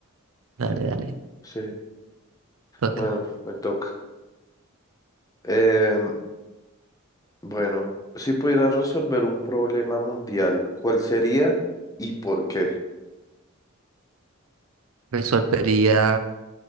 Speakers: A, on the right; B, on the left.
A: Dale, dale,
B: Sí.
A: toca.
B: Bueno, me toca. Eh, bueno, si pudiera resolver un problema mundial, ¿cuál sería y por qué?
A: Resolvería